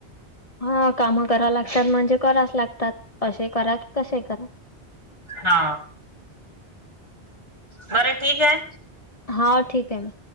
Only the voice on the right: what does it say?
हा, बरं, ठीक आहे.